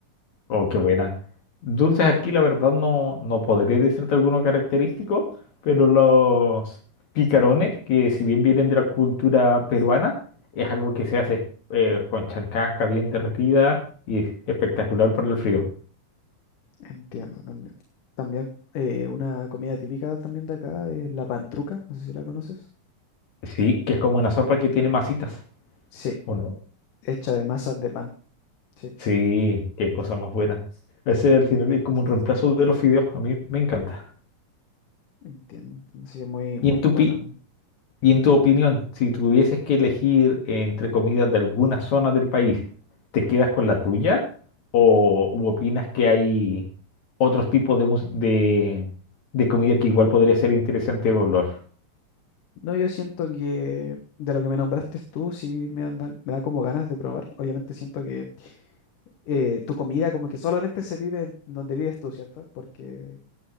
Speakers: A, on the left (about 65°); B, on the left (about 80°).
A: Oh, qué buena. Dulces aquí la verdad no, no podría decirte alguno característico, pero los picarones, que si bien vienen de la cultura peruana, es algo que se hace eh, con chancaca bien derretida y es espectacular para el frío.
B: Entiendo también. También eh, una comida típica también de acá es la pantruca, no sé si la conoces.
A: Sí, que es como una sopa que tiene masitas,
B: Sí,
A: ¿o no?
B: hecha de masas de pan. Sí,
A: Sí, qué cosa más buena. Ese al final es como un reemplazo de los fideos, a mí me encanta.
B: entiendo. entiendo. Sí, es muy, muy
A: ¿Y en tu,
B: bueno.
A: pi- Y en tu opinión, si tuvieses que elegir entre comidas de algunas zonas del país, ¿te quedas con la tuya o u opinas que hay otros tipos de, mus- de, de comida que igual podría ser interesante evaluar?
B: No, yo siento que de lo que me nombraste tú, sí me andan, me da como ganas de probar. Obviamente siento que eh, tu comida como que solamente se vive en donde vives tú, ¿cierto? Porque,